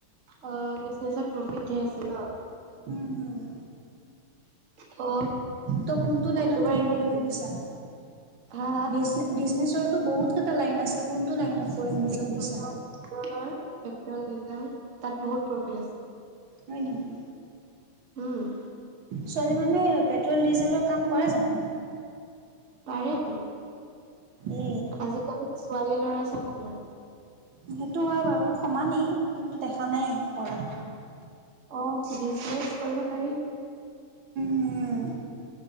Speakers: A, on the right; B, on the right.
A: অ' বিজনেচত প্ৰফিট ধেৰ আছে ন'।
B: উম উম
A: ত'
B: ত', কোনটো লাইনত
A: তোমাৰ
B: পঢ়িম
A: এনে
B: বুলি ভাবিছা?
A: হা
B: বিজনে - বিজনেচৰটো বহুত কেটা লাইন আছে, কোনটো লাইন আছে কৰিম বুলি ভাবিছা।
A: হা পেট্ৰলৰ পেট্ৰল, ডিজেল তাত বহুত প্ৰফিট আছে।
B: হয় নকি?
A: উম।
B: ছোৱালী মানুহে পেট্ৰল, ডিজেলৰ কাম কৰে জানো?
A: পাৰেতো।
B: এ
A: আজিকালি ছোৱালী, ল'ৰা চব সমান।
B: সেইটো হয় বাৰু সমানেই কিন্তু দেখা নাই কৰা।
A: অ', বিজনেচ কৰিব পাৰি।
B: উম্